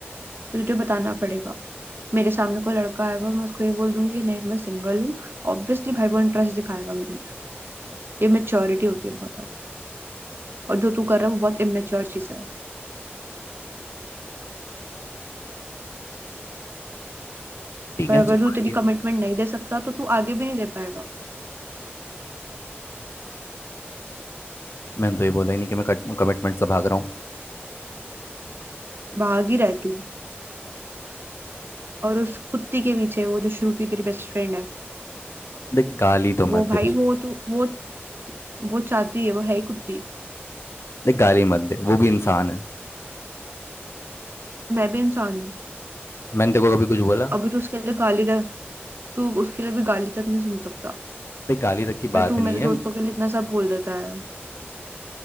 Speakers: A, on the right; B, on the left.
A: तो तुझे बताना पड़ेगा मेरे सामने कोई लड़का आएगा मैं उसको ये बोल दूंगी कि नहीं मैं सिंगल हूँ ऑब्वियसली भाई वो इंटरेस्ट दिखाएगा मेरे अंदर ये मेच्योरिटी होती है बहुत ज्यादा और जो तू कर रहा है वो बहुत इमेच्योर चीज है
B: ठीक
A: और
B: है
A: अगर
B: चल मान
A: तू इतनी
B: लिया
A: कमिटमेंट नहीं दे सकता तो तू आगे भी नहीं दे पाएगा
B: मैंने तो ये बोला ही नहीं कि मैं कमिटमेंट से भाग रहा हूँ
A: भाग ही रहे तू और उस कुत्ती के पीछे वो जो श्रुति तेरी बेस्ट फ्रेंड है
B: देख गाली तो
A: वो
B: मत दे
A: भाई
B: उसको
A: वो तो वो वो चाहती है वो है ही कुत्ती
B: देख गाली मत दे वो भी इंसान है
A: मैं भी इंसान हूँ
B: मैंने तेरे को कभी कुछ बोला
A: अभी तो उसके लिए गाली तक तू उसके लिए भी गाली तक नहीं सुन सकता
B: ते गाली तक की
A: पर
B: बात
A: तू
B: नहीं
A: मेरे
B: है
A: दोस्तों के लिए इतना सब बोल देता है